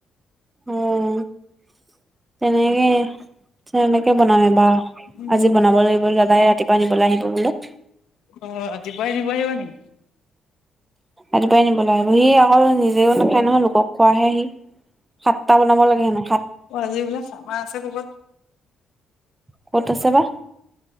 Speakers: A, on the right (about 15°); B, on the left (about 85°).
A: অ'তেনেকে, তেনেকে বনামে এবাৰ ৰহ
B: উম
A: আজি বনাব লাগিব দাদাই ৰাতিপুৱা নিবলৈ আহিব বোলে।
B: অ'ৰাতিপুৱাই নিব আহিব নি?
A: ৰাতিপুৱাই নিবলৈ আহিব সি আকৌ নিজেও নাখায় নহয় লোকক খোৱাহে সি। সাতটা বনাব লাগে হেনো সাত
B: অ'অ'আজি বোকে চামা আছে ক'বত?
A: ক'ত আছে বা।